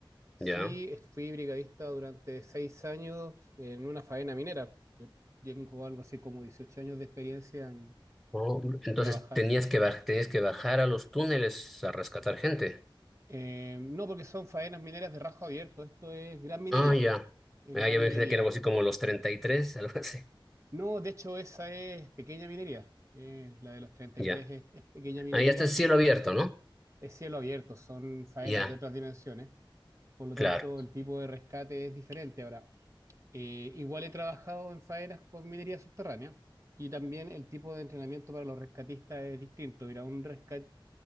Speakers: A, on the right; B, in the centre.
A: Sí,
B: ¿ya?
A: est- fui brigadista durante 6 años en una faena minera. Yo Tengo algo así como 18 años de experiencia en
B: Oh, entonces
A: trabajar.
B: tenías que, baj- tenías que bajar a los túneles a rescatar gente.
A: Eh, no, porque son faenas mineras de rajo abierto, esto es gran minería,
B: Ah, ya.
A: es
B: Ah,
A: gran
B: ya me
A: minería.
B: imaginé que era algo así como los 33, <laughs> algo así.
A: No, de hecho, esa es pequeña minería. Eh, la de los 33
B: Ya.
A: es, es pequeña minería.
B: Ahí está el cielo abierto, ¿no?
A: Es cielo abierto, son faenas
B: Ya,
A: de otras dimensiones. Por lo
B: claro.
A: tanto, el tipo de rescate es diferente. Ahora, eh, igual he trabajado en faenas con minería subterránea y también el tipo de entrenamiento para los rescatistas es distinto. Mira, un resca-